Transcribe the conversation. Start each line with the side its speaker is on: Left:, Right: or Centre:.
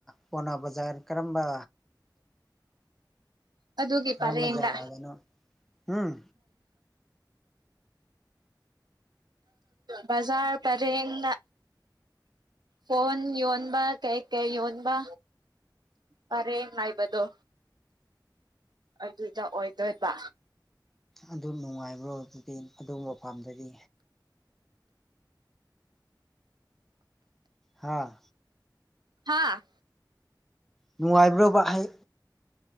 Centre: ꯄꯣꯅ ꯕꯖꯥꯔ ꯀꯔꯝꯕ
Right: ꯑꯗꯨꯗꯒꯤ
Centre: ꯀꯔꯝꯕ
Right: ꯄꯔꯦꯗ
Centre: ꯖꯒꯥꯗꯅꯣ ꯎꯝ
Right: ꯕꯖꯔ ꯄꯔꯦꯡ ꯐꯣꯟ ꯌꯣꯟꯕ ꯀꯩ ꯀꯩ ꯌꯣꯟꯕ ꯄꯔꯦꯡ ꯉꯥꯏꯕꯗꯣ ꯑꯗꯨꯗ ꯑꯣꯏꯗꯣꯏꯕ
Centre: ꯑꯗꯨ ꯅꯨꯡꯉꯥꯏꯕ꯭ꯔ ꯑꯣꯏꯕꯗꯤ ꯑꯗꯨꯒꯕ ꯃꯄꯥꯝꯗꯗꯤ ꯍꯥꯥ
Right: ꯍꯥꯥ
Centre: ꯅꯨꯡꯉꯥꯏꯕ꯭ꯔꯕꯍꯩ